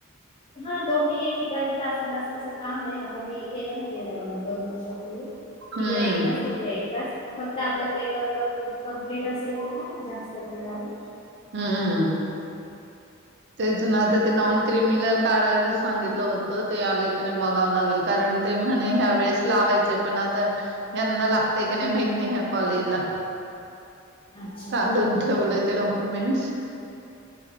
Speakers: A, on the left; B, on the right.
A: हा दोन्ही एक ठिकाणी तासा तसाचं काम आहे आता मी. के ना गेल्यावर दोन वर्षापूर्वी
B: हम्म
A: इकडे एकतास तिकडे एकतास. फक्त आपलं पेपर वर्कप कंप्लीट असेल तर नाही मग जास्त वेळ लाग
B: हम्मम् तेथून आता ते नॉन क्रिमिल काढायला सांगितलं होतं, ते आलेकने बघावं लागेल कारण ते म्हणे ह्या वेळेस लावायचंय पण आता हना लाग ते का नाही
A: हम्म.
B: माहित नाही ह्या कॉलेज ला.
A: अच्छा
B: काढून
A: अच्छा हा,
B: ठेवलंय
A: हा.
B: ते डॉक्युमेंट्स.